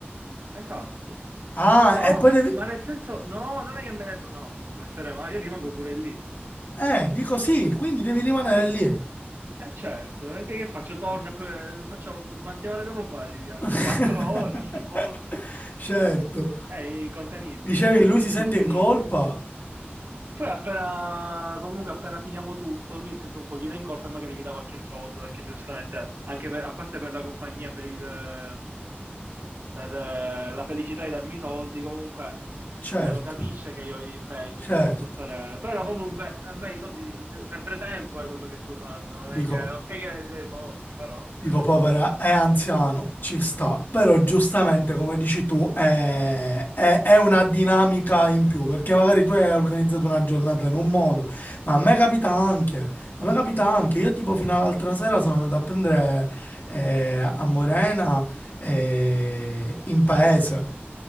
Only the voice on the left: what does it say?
Ah,
e poi devi...
Eh, dico sì, quindi devi rimanere lì.
<laughs>
Certo.
Dicevi,
lui
si
sente in colpa?
Certo,
certo.
Dico...
Dico,
povera,
è anziano, ci sta, però giustamente, come dici tu, è, è- è una dinamica in più, perché magari tu hai organizzato una giornata in un modo, ma a me capita anche, a me capita anche, io tipo fino all'altra sera sono andato a prendere eh, a Morena eh, in paese.